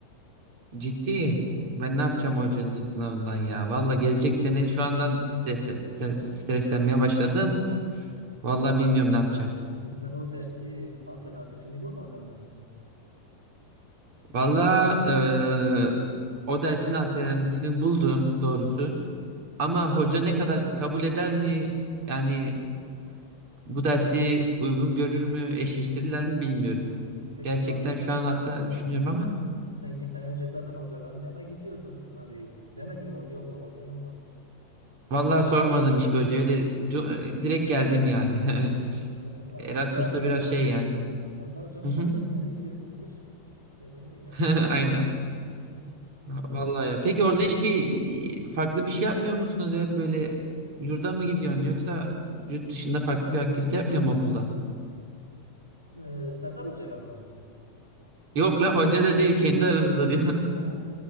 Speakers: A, on the right; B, on the right.
A: Ciddi.
B: Vallahi.
A: Ben ne yapacağım hocanın sınavından ya? Valla gelecek sene şu andan stres, stre- streslenmeye başladım. Valla bilmiyorum ne yapacağım.
B: E sen o dersi alternatifini bulmadın mı?
A: Valla e, o dersin alternatifini buldum doğrusu. Ama
B: Evet.
A: hoca ne kadar kabul eder mi? Yani Bu dersi uygun görür mü, eşleştirirler mi bilmiyorum.
B: E Peki
A: Gerçekten
B: İkbal,
A: şu an hatta düşünüyorum ama
B: sen gitmeden önce zaten hocaların yanına gidiyordun. Hani demedim oluyor mu olmuyor mu?
A: vallahi sormadım hiçbir hocaya. Öyle du- direkt geldim yani.
B: Yani
A: <laughs>
B: Adnan
A: Erasmus'ta
B: Hoca
A: biraz şey yani.
B: Adnan Hoca'nın
A: Hı
B: kabul
A: hı.
B: etmediği kesindir. Yerlerini bilmiyorum.
A: <laughs> Aynen.
B: Hı,
A: Vallahi
B: Artık.
A: ya. Peki orada hiçbir farklı bir şey yapmıyor musunuz ya? Böyle yurda mı gidiyorsun yoksa yurt dışında farklı bir aktivite yapmıyor mu okulda?
B: Ee, Serdar Hoca'yla mı?
A: Yok lan hoca da değil kendi aranızda diyor.
B: He.